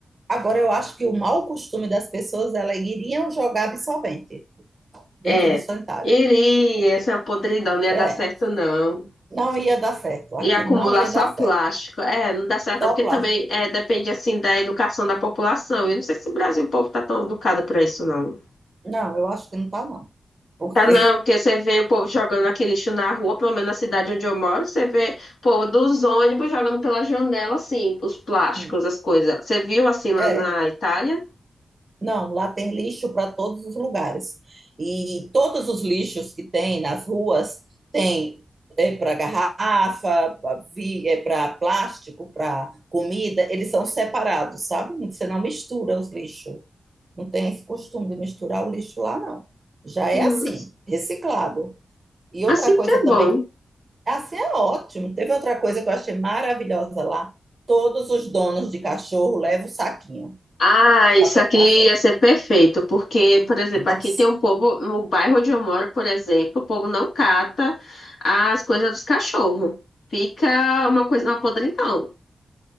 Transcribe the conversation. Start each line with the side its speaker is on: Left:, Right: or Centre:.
Right: Agora, eu acho que o mau costume das pessoas, elas iriam jogar absorvente dentro
Left: É,
Right: do sanitário.
Left: iria, essa podridão não ia
Right: É,
Left: dar certo, não.
Right: não ia dar certo. Aqui
Left: E acumular
Right: não ia
Left: só
Right: dar certo.
Left: plástico. É, não dá certo,
Right: Só
Left: não, porque
Right: plástico.
Left: também é, depende, assim, da educação da população. E eu não sei se no Brasil, o povo tá tão educado pra isso, não.
Right: Não, eu acho que não tá, não. Porque,
Left: Tá, não, porque você vê o povo jogando aquele lixo na rua, pelo menos na cidade onde eu moro, você vê, pô, dos ônibus jogando pela janela, assim, os plásticos,
Right: <laughs>
Left: as coisas. Você viu, assim, lá
Right: é.
Left: na Itália?
Right: Não, lá tem lixo para todos os lugares. E todos os lixos que tem nas ruas tem é para garrafa, para plástico, para comida, eles são separados, sabe? Você não mistura os lixos. Não tem esse costume de misturar o lixo lá, não. Já é
Left: Hum,
Right: assim, reciclado. E
Left: assim
Right: outra coisa
Left: que é
Right: também,
Left: bom.
Right: assim é ótimo. Teve outra coisa que eu achei maravilhosa lá. Todos os donos de cachorro levam o saquinho
Left: Ah, isso
Right: para pegar
Left: aqui
Right: a fezes.
Left: ia ser perfeito, porque, por exemplo,
Right: Nossa!
Left: aqui tem um povo, no bairro onde eu moro, por exemplo, o povo não cata as coisas dos cachorros. Fica uma coisa, uma podridão.